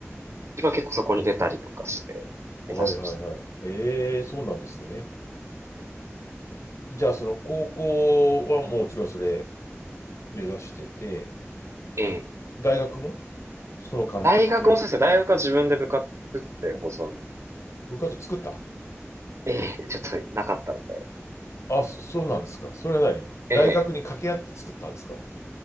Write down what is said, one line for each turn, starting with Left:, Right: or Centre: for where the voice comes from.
Right: 自分は結構そこに出たりとかして目指してました
Left: はいはいはい。ええ、そうなんですね。
Right: ね。
Left: じゃあ、その高校はもちろんそれ目指してて、
Right: ええ。
Left: 大学もその関係と。
Right: 大学もそうですね。大学は自分で部活作って放送の、
Left: 部活作った
Right: ええ、ちょっとなかったので、
Left: あ、そそうなんですか。それは何大学に掛け合って作ったんですか
Right: ええ。